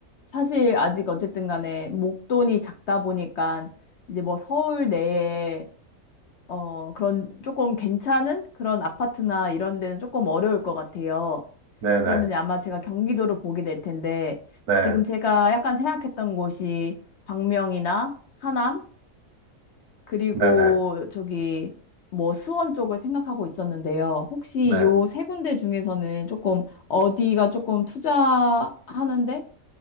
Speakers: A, on the left; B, on the right.
A: 사실 아직 어쨌든 간에 목돈이 작다 보니까 이제 뭐 서울 내에 어, 그런 조금 괜찮은 그런 아파트나 이런 데는 조금 어려울 것 같아요.
B: 네,
A: 그러면
B: 네,
A: 아마 제가 경기도를 보게 될 텐데,
B: 네,
A: 지금 제가 약간 생각했던 곳이 광명이나 하남, 그리고
B: 네, 네,
A: 저기 뭐 수원 쪽을 생각하고 있었는데요. 혹시
B: 네.
A: 요 세 군데 중에서는 조금 어디가 조금 투자하는데,